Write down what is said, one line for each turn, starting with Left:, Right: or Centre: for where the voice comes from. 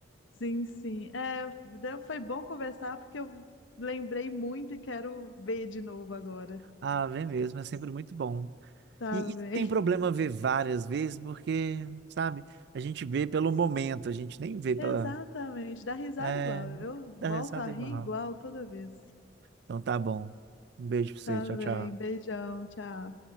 Left: Sim, sim. É, deu- foi bom conversar porque eu lembrei muito e quero ver de novo agora.
Right: Ah, vem mesmo, é sempre muito bom.
Left: Tá
Right: E,
Left: bem.
Right: e não tem problema ver várias vezes, porque, sabe, a gente vê pelo momento, a gente nem
Left: <laughs>
Right: vê pela.
Left: Exatamente. Dá risada
Right: É,
Left: igual. Eu volto
Right: dá risada
Left: a rir
Right: igual.
Left: igual toda vez.
Right: Então tá bom. Um beijo pra você,
Left: Tá
Right: tchau,
Left: bem.
Right: tchau.
Left: Beijão. Tchau.